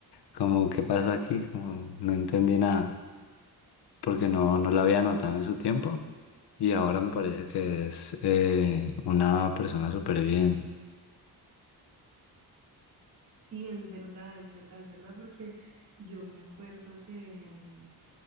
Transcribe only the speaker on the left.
Como, ¿qué pasa aquí? Como, no entendí nada porque no, no la había notado en su tiempo. Y ahora me parece que es eh, una persona súper bien.